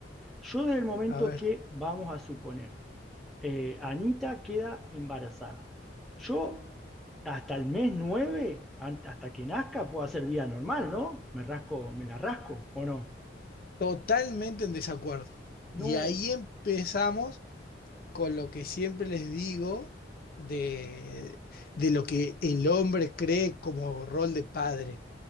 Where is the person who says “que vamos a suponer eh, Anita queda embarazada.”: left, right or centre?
Centre